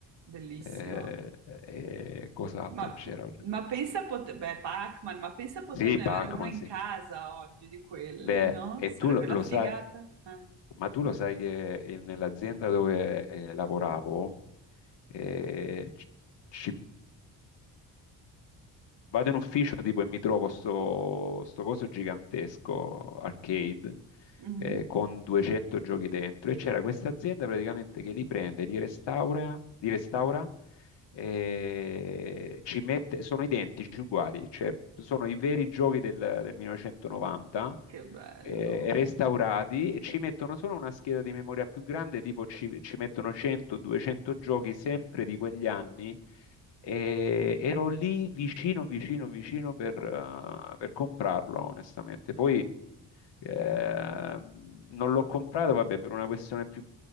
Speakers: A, on the right (about 75°); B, on the left (about 75°).
A: bellissima.
B: eh, e cos'altro
A: Ma,
B: c'era?
A: ma pensa a poter... Beh, Pac-Man, ma pensa a poterne
B: Sì, Pac-Man,
A: avere uno in
B: sì.
A: casa oggi di quelli,
B: Beh,
A: no?
B: e
A: Sarebbe
B: tu lo,
A: la
B: lo
A: figata.
B: sai,
A: Eh.
B: ma tu lo sai che eh, nell'azienda dove eh, lavoravo eh, ci, ci- vado in ufficio tipo e mi trovo sto, sto coso gigantesco arcade
A: Mhm.
B: eh, con 200 giochi dentro e c'era questa azienda praticamente che li prende, li restaura, li restaura eh, ci mette, sono identici, uguali, cioè sono i veri giochi del, del 1990
A: Che bello.
B: eh, restaurati e ci mettono solo una scheda di memoria più grande, tipo ci, ci mettono 100-200 giochi sempre di quegli anni. E ero lì vicino, vicino, vicino per, eh, per comprarlo, onestamente. Poi eh, non l'ho comprato, vabbè, per una questione più